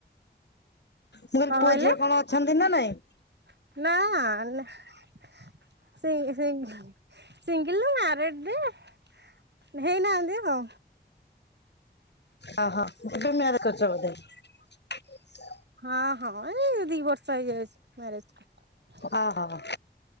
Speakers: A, on the left; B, on the right.
A: ମୁ କହିଲି
B: କଣ
A: ପୁଅ
B: କହିଲେ
A: ଝିଅ କଣ ଅଛନ୍ତି ନା ନାଇଁ
B: ନା ସିଙ୍ଗ ସିଙ୍ଗ ସିଙ୍ଗିଲ ନୁହେ ମ୍ୟାରେଡ ଯେ ହେଇନାହାନ୍ତି ହ
A: ଅ ହ ଏବେ ମ୍ୟାରେଜ୍ କରିଚ ବୋଧେ
B: ହଁ ହଁ ଏଇ ଦି ବର୍ଷ ହେଇଯାଉଛି ମ୍ୟାରେଜ କୁ
A: ଓହୋ